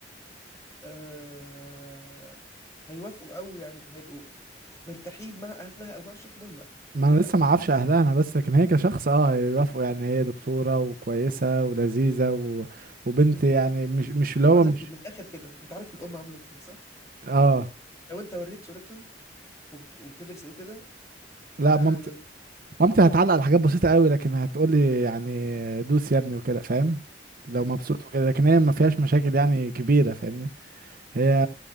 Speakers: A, on the left; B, on the right.
A: أه... هيوافقوا او يعني هيبقوا مرتاحين مع اهلها او مع الشخص ده ولا لا
B: ما
A: دي
B: انا
A: حاجة
B: لسه
A: دي
B: ما اعرفش اهلها انا بس لكن هي كشخص اه يوافقوا يعني هي دكتورة وكويسة ولذيذة و... وبنت
A: مم.
B: يعني مش مش اللي هو
A: اقول
B: مش
A: لك إيه، من الاخر كده انت عارف الام عاملة ازاي صح
B: اه
A: لو انت وريت صورتها وبت... وبتدرس ايه وكده
B: لا
A: أه...
B: مامتي مامتي هتعلق على حاجات بسيطة قوي لكن هتقولي يعني دوس يا ابني وكده فاهم لو
A: لوالدتك
B: مبسوط وكده لكن هي ما فيهاش مشاكل يعني كبيرة فاهمني هي